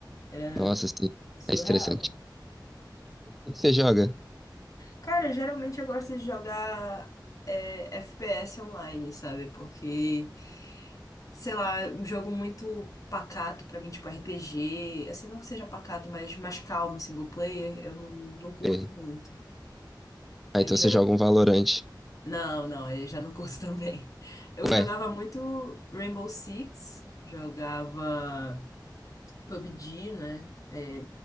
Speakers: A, on the left (about 45°); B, in the centre.
A: Era
B: Nossa, assim,
A: surreal.
B: é estressante. O que você joga?
A: Cara, geralmente eu gosto de jogar é, FPS online, sabe? Porque, sei lá, é um jogo muito pacato pra mim, tipo RPG, assim, não que seja pacato, mas mais calmo, single player, eu não, não curto
B: É.
A: muito. Aí
B: Ah, então
A: eu geral...
B: você joga um Valorant.
A: Não, não, aí eu já não curto <laughs> também. Eu
B: Ué,
A: jogava muito Rainbow Six, jogava PUBG, né? É,